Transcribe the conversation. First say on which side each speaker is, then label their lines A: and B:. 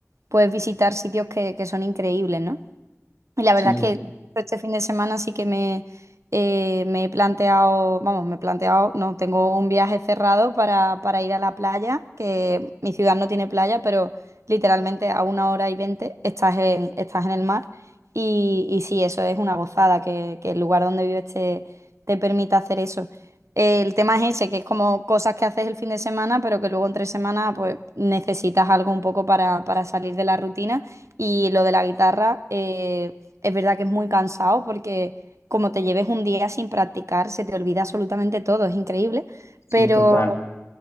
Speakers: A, on the right; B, on the left.
A: puedes visitar sitios que, que son increíbles, ¿no? Y la
B: Sí,
A: verdad es que este fin de semana sí que me, eh, me he planteado, vamos, me he planteado, no, tengo un viaje cerrado para, para ir a la playa, que mi ciudad no tiene playa, pero literalmente a una hora y veinte estás en, estás en el mar. Y, y sí, eso es una gozada, que, que el lugar donde vives te, te permita hacer eso. El tema es ese, que es como cosas que haces el fin de semana, pero que luego entre semana pues necesitas algo un poco para, para salir de la rutina. Y lo de la guitarra, eh, es verdad que es muy cansado porque como te lleves un día sin practicar, se te olvida absolutamente todo, es increíble.
B: sí,
A: Pero,
B: total.